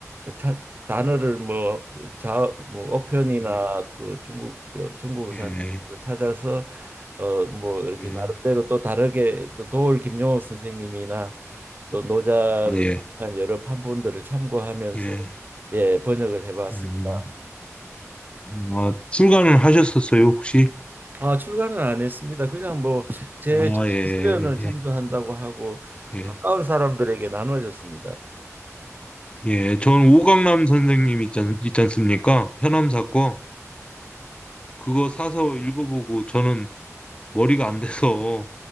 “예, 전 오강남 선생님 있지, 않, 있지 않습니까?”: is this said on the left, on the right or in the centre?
Left